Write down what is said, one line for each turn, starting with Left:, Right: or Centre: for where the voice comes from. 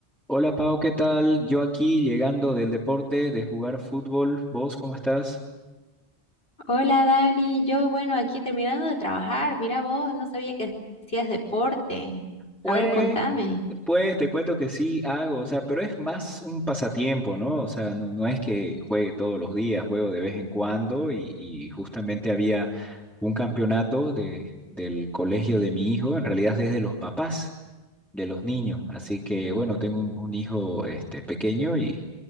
Centre: Hola Pau, ¿qué tal? Yo aquí llegando del deporte, de jugar fútbol. ¿Vos cómo estás?
Left: Hola Dani, yo bueno, aquí terminando de trabajar, mira vos, no sabía que hacías deporte.
Centre: Pues,
Left: A ver, contame.
Centre: pues te cuento que sí hago, o sea, pero es más un pasatiempo, ¿no? O sea, no, no es que juegue todos los días, juego de vez en cuando y, y justamente había un campeonato de, del colegio de mi hijo, en realidad es de los papás de los niños, así que bueno, tengo un, un hijo este, pequeño y,